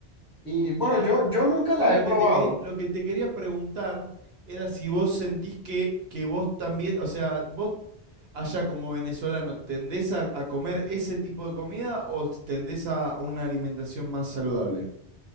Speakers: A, on the left; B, on the right.
A: Y bueno,
B: Y,
A: yo, yo nunca
B: ¿sabes
A: la
B: lo
A: he probado.
B: que te quería, lo que te quería preguntar? Era si vos sentís que, que vos también, o sea, vos allá como venezolano, ¿tendés a, a comer ese tipo de comida o tendés a una alimentación más saludable?